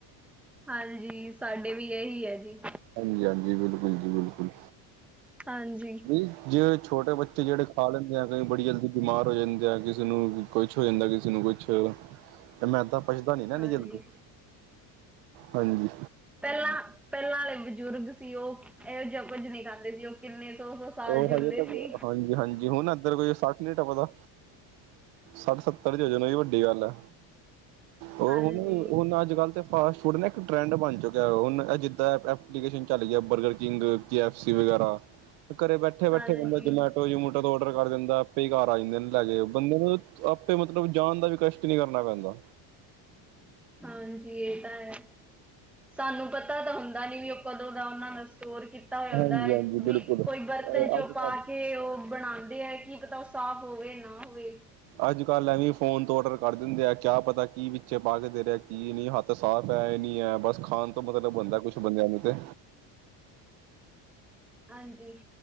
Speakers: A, in the centre; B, on the right.
A: ਹਾਂਜੀ ਸਾਡੇ ਵੀ ਇਹੀ ਹੈ ਜੀ।
B: ਹਾਂਜੀ-ਹਾਂਜੀ ਬਿਲਕੁਲ ਜੀ ਬਿਲਕੁਲ।
A: ਹਾਂਜੀ।
B: ਵੀ ਜੇ ਛੋਟੇ ਬੱਚੇ ਜਿਹੜੇ ਖਾ ਲੈਂਦੇ ਆ ਕਈ ਬੜੀ ਜਲਦੀ ਬਿਮਾਰ ਹੋ ਜਾਂਦੇ ਆ ਕਿਸੇ ਨੂੰ ਕੁਛ ਹੋ ਜਾਂਦਾ ਕਿਸੇ ਨੂੰ ਕੁਛ।
A: <inaudible>
B: ਤੇ ਮੈਂਦਾ ਪੱਚਦਾ ਨੀ ਨਾ ਐਨੀ
A: ਹਾਂਜੀ
B: ਜਲਦੀ, ਹਾਂਜੀ।
A: ਪਹਿਲਾਂ, ਪਹਿਲਾਂ ਆਲੇ ਬਜ਼ੁਰਗ ਸੀ ਉਹ ਇਹੋ ਜਿਹਾ ਕੁੱਝ ਨਈ ਖਾਂਦੇ ਸੀ ਉਹ ਕਿੰਨੇ ਸੌ ਸੌ। ਸਾਲ
B: ਉਹ
A: ਜਿਉਂਦੇ
B: ਹਜੇ ਤੱਕ
A: ਸੀ
B: ਹਾਂਜੀ-ਹਾਂਜੀ ਹੁਣ ਏਧਰ ਕੋਈ ਸੱਠ ਨੀ ਟੱਪਦਾ, ਸੱਠ ਸੱ ਪ੍ਰਯੋਜਨ ਈ ਵੱਡੀ ਗੱਲ ਐ, ਉਹ
A: ਹਾਂਜੀ
B: ਹੁਣ-ਹੁਣ ਅੱਜ-ਕੱਲ੍ਹ ਤੇ ਫਾਸਟ ਫੂਡ ਨਾ ਇੱਕ ਟਰੈਂਡ ਬਣ ਚੁੱਕਿਆ ਹੁਣ ਇਹ ਜਿੱਦਾਂ ਐਪਲੀਕੇਸ਼ਨ ਚੱਲ ਗਿਆ ਬਰਗਰ ਕਿੰਗ, ਕੇ ਐੱਫ ਸੀ ਵਗੈਰਾ। ਘਰੇ ਬੈਠੇ-ਬੈਠੇ
A: ਹਾਂਜੀ
B: ਬੰਦਾ ਜਮੈਟੋ ਜਮੂ ਕਦੋ ਔਡਰ ਕਰ ਦਿੰਦਾ ਆਪੇ ਈ ਘਰ ਆ ਜਾਂਦੇ ਨੇ ਲੈ ਕੇ ਬੰਦੇ ਨੂੰ ਆਪੇ ਮਤਲਬ ਜਾਣ ਦਾ ਵੀ ਕਸ਼ ਕੁਛ ਨੀ ਕਰਨਾ ਪੈਂਦਾ।
A: ਹਾਂਜੀ ਇਹ ਤਾਂ ਹੈ। ਸਾਨੂੰ ਪਤਾ ਤਾਂ ਹੁੰਦਾ ਨੀ ਵੀ ਉਹ ਕਦੋਂ ਦਾ ਉਹਨਾਂ ਦਾ ਸਟੋਰ ਕੀਤਾ ਹੋਇਆ
B: ਹਾਂਜੀ
A: ਹੁੰਦਾ ਅ
B: ਹਾਂਜੀ
A: ਵੀ।
B: ਬਿਲਕੁਲ
A: ਕੋਈ ਬਰਤਨ ਚੋਂ
B: ਅੱਜ ਕੱਲ
A: ਪਾ ਕੇ ਉਹ ਬਣਾਂਦੇ ਐ ਕੀ ਪਤਾ ਉਹ ਸਾਫ਼ ਹੋਵੇ ਨਾ ਹੋਵੇ।
B: ਅੱਜ-ਕੱਲ੍ਹ ਐਵੀ ਫੋਨ ਤੋਂ ਔਡਰ ਕਰ ਦਿੰਦੇ ਆ ਕਿਆ ਪਤਾ ਕੀ ਵਿਚ ਪਾਕੇ ਦੇ ਰਿਆ ਕੀ ਨੀ ਹੱਥ। ਤਾਂ ਸਾਫ਼ ਐ ਇਹ ਨੀ ਐ ਬਸ ਖਾਣ ਮਤਲਬ ਹੁੰਦੇ ਕੁਛ ਬੰਦਿਆ ਨੂੰ ਤੇ।
A: ਹਾਂਜੀ